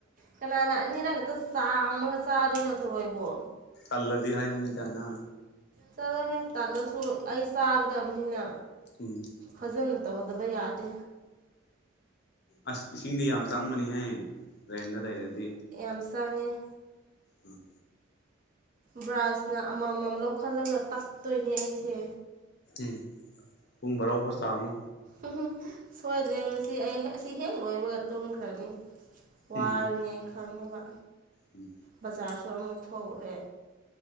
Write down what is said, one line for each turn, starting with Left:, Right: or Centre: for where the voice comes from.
Right: ꯀꯅꯥꯅ ꯑꯅꯤꯔꯛ ꯈꯛꯇ ꯆꯥꯝꯃꯒ ꯆꯥꯗꯣꯏꯅꯣ ꯊꯛꯑꯣꯏꯕꯣ
Left: ꯑꯂꯗꯤ ꯍꯥꯏ ꯃꯤꯅꯤ ꯆꯅꯥ
Right: ꯆꯠꯂꯣꯍꯦ ꯇꯜꯂꯁꯨ ꯑꯩ ꯆꯥꯒꯗꯕꯅꯤꯅ
Left: ꯎꯝ
Right: ꯐꯖꯅ ꯇꯧꯗꯕ ꯌꯥꯗꯦ
Left: ꯑꯁ ꯏꯁꯤꯡꯗꯤ ꯌꯥꯝ ꯆꯪꯕꯅꯤꯍꯦ ꯔꯦꯟꯗ ꯂꯩꯔꯗꯤ
Right: ꯑꯝꯁꯥꯉ
Left: ꯎꯝ
Right: ꯕ꯭ꯔꯥꯁꯅ ꯑꯃꯃꯝ ꯂꯧꯈꯠꯂꯒ ꯇꯛꯇꯣꯏꯅꯦ ꯑꯩꯁꯦ
Left: ꯎꯝ ꯄꯨꯡ ꯕꯥꯔꯣ ꯐꯥꯎꯁ ꯇꯥꯝꯃꯣ
Right: ꯎ ꯁꯣꯏꯗ꯭ꯔꯦ ꯉꯁꯤ ꯑꯩ ꯑꯁꯤ ꯍꯦꯛ ꯂꯣꯏꯕꯒ ꯇꯨꯝꯈ꯭ꯔꯅꯤ ꯋꯥꯔꯅꯤ
Left: ꯎꯝ
Right: ꯑꯩ ꯈꯪꯉꯦꯕ
Left: ꯎꯝ
Right: ꯕꯖꯥꯔꯁꯨ ꯑꯃꯨꯛ ꯊꯣꯛꯎꯔꯦ